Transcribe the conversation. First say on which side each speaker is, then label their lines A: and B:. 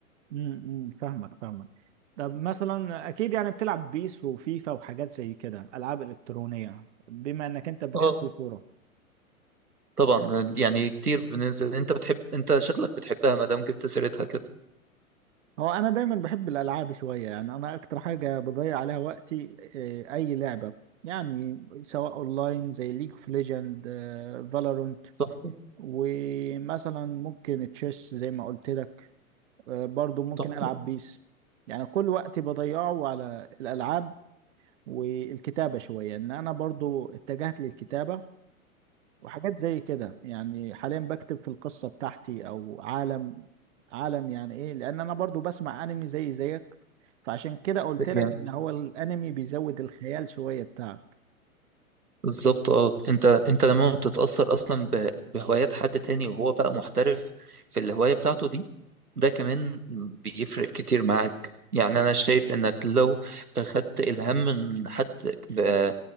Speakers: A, on the right; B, on the right.
A: امم امم، فاهمك فاهمك طب مثلا اكيد يعني بتلعب بيس وفيفا وحاجات زي كده العاب الكترونيه بما انك انت بتحب
B: اه
A: الكوره
B: طبعا يعني كتير بننزل أنت بتحب أنت شكلك بتحبها ما دام جبت سيرتها كده
A: هو انا دايما بحب الالعاب شويه يعني انا اكتر حاجه بضيع عليها وقتي آه، اي لعبه يعني سواء اونلاين زي ليج اوف ليجند فالورنت
B: تحفة
A: ومثلا ممكن تشيس زي ما قلت لك آه، برضو ممكن
B: تحفة
A: العب بيس يعني كل وقتي بضيعه على الالعاب والكتابه شويه ان انا برضو اتجهت للكتابه وحاجات زي كده يعني حاليا بكتب في القصة بتاعتي او عالم عالم يعني ايه لان انا برضو بسمع انمي زي زيك فعشان كده قلت
B: امم
A: لك ان هو الانمي بيزود الخيال شوية بتاعك
B: بالظبط اه انت انت لما بتتأثر اصلا ب- بهوايات حد تاني وهو بقى محترف في الهواية بتاعته دي ده كمان بيفرق كتير معاك يعني انا شايف انك لو خدت الهام من حد ب-